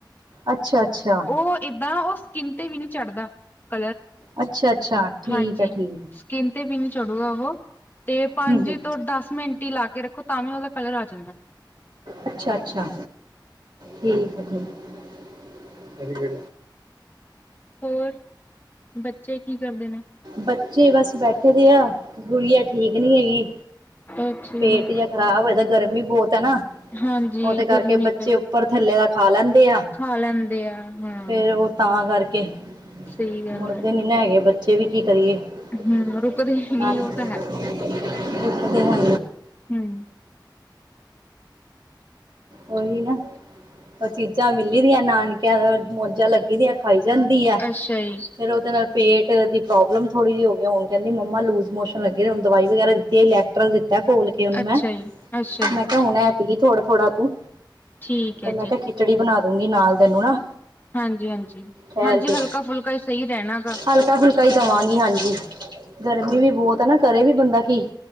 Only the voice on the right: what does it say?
ਅੱਛਾ ਅੱਛਾ
ਅੱਛਾ ਅੱਛਾ ਠੀਕ
ਹੈ ਠੀਕ
ਹਮ ਹਮ
ਅੱਛਾ -ਅੱਛਾ ਠੀਕ ਐ ਠੀਕ।
ਬੱਚੇ ਬਸ ਬੈਠੇ ਦੇ ਆ ਗੁੜੀਆ ਠੀਕ ਨੀ ਹੈਗੀ।
ਪੇਟ
ਜਾ ਖ਼ਰਾਬ ਹੋਏਦਾ ਗਰਮੀ ਬੌਤ ਐ ਨਾ।
ਔਦੇ ਕਰਕੇ
ਬੱਚੇ
ਉੱਪਰ ਥੱਲੇ ਦਾ ਖਾ ਲੈਂਦੇ ਆ
ਫੇਰ ਓਹ ਤਾਂ ਤਾਂ ਕਰਕੇ
ਮੁੜਦੇ
ਨੀ ਨਾ ਹੈਗੇ ਬੱਚੇ ਵੀ ਕੀ ਕਰੀਏ।
<inaudible>
ਨਾਲ
ਗਿਫ਼ਟ
ਦੇਣਾ।
ਓਹੀ ਨਾ ਓ ਚੀਜ਼ਾਂ ਮਿਲੀ ਦੀਆਂ ਨਾਨਕਿਆਂ ਦ ਮੌਜਾਂ ਲੱਗੀ ਦੀਆਂ ਖਾਈ ਜਾਂਦੀ ਆ।
ਫੇਰ ਓਦੇ ਨਾਲ ਪੇਟ ਪੇਟ ਦੀ ਪ੍ਰੋਬਲਮ ਥੋੜ੍ਹੀ ਜੀ ਹੋਗੀ ਐ ਹੁਣ ਕੈੰਦੀ ਮੰਮਾ ਲੂਸ ਮੋਸ਼ਨ ਲੱਗੇ ਦੇ ਹੋਣ ਦਵਾਈ ਵਗੈਰਾ ਦਿੱਤੀ ਏ, ਲੈਕਟਰਲ ਦਿੱਤ ਤਾ ਘੋਲ ਕੇ ਉਹਨੂੰ
ਮੈਂ
-ਮੈਂ ਕਿਹਾ ਹੁਣ ਐ ਪੀ। ਥੋੜਾ -ਥੋੜ੍ਹਾ ਤੂੰ,
ਤੇ ਮੈਂ
ਕੈ ਖਿਚੜੀ ਬਣਾ ਦੂੰਗੀ ਨਾਲ ਤੈਨੂੰ ਨਾ।
ਠਹਿਰ
ਕੇ
ਹਲਕਾ- ਫੁਲਕਾ ਹੀ ਦਵਾਂਗੀ ਹਾਂਜੀ, ਗਰਮੀ ਵੀ ਬੌਤ ਹੈ ਨਾ ਕਰੇ ਵੀ ਬੰਦਾ ਕੀ।